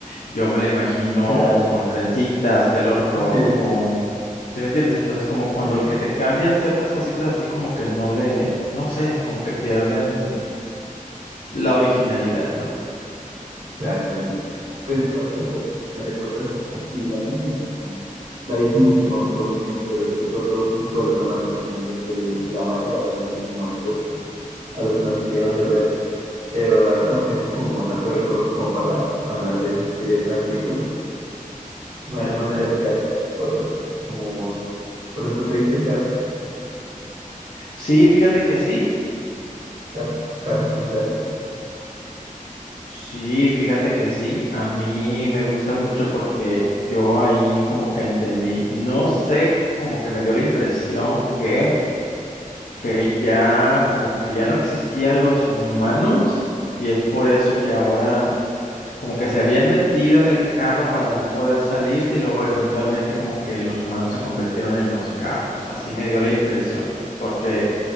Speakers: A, on the left; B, on the right.
A: yo me la imagino
B: Claro,
A: con trencitas, pelo rojo,
B: sí,
A: ¿sí me entiendes? Entonces, como cuando
B: sí, sí,
A: que te cambian ciertas cositas así como que no le, no sé, como que pierden la originalidad, ¿no?
B: claro, entiendo. Pues ahora que recuerdo, me recuerdas, sí la vi, pero no, la vi hace mucho y no me acuerdo muy bien, pero sí recuerdo un poco de la trama que me comentas que el amar era realmente como lo opuesto a lo que nos querían hacer ver, pero la verdad no tengo como tantos recuerdos como para hablar de esas- de esa película. Se me
A: Perfecto.
B: hacen más clásicas otras, como por ejemplo, ¿te viste Cars?
A: Sí, fíjate que sí,
B: Cars, Cars es un clásico.
A: sí, fíjate que sí, a mí me gusta mucho porque yo ahí como que entendí, no sé, como que me dio la impresión que, que ya, como que ya no existían los humanos y es por eso que ahora como que se habían metido en el carro para no poder salirse y luego eventualmente como que los humanos se convirtieron en los carros, así me dio la impresión, porque...